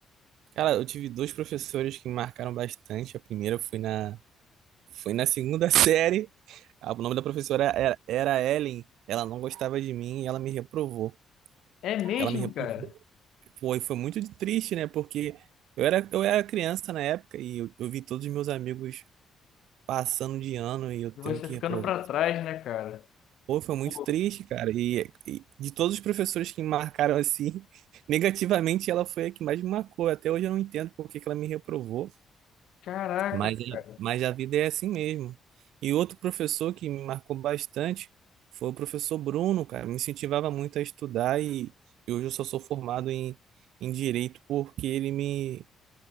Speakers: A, on the right; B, on the left.
A: Cara, eu tive dois professores que me marcaram bastante. A primeira foi na, foi na segunda <laughs> série. Ah, O nome da professora era, era Ellen. Ela não gostava de mim e ela me reprovou.
B: É mesmo,
A: Ela me repulsou.
B: cara?
A: foi, foi muito de triste, né? Porque eu era, eu era criança na época e eu, eu vi todos os meus amigos passando de ano e eu
B: E
A: tendo
B: você
A: que
B: ficando
A: reprovar.
B: pra trás, né, cara?
A: Pô, foi muito
B: Pô,
A: triste, cara. E, e de todos os professores que me marcaram assim, <laughs> negativamente, ela foi a que mais me marcou. Até hoje eu não entendo por que que ela me reprovou.
B: Caraca,
A: Mas,
B: cara.
A: mas a vida é assim mesmo. E outro professor que me marcou bastante foi o professor Bruno, cara. Me incentivava muito a estudar e, e hoje eu só sou formado em, em direito porque ele me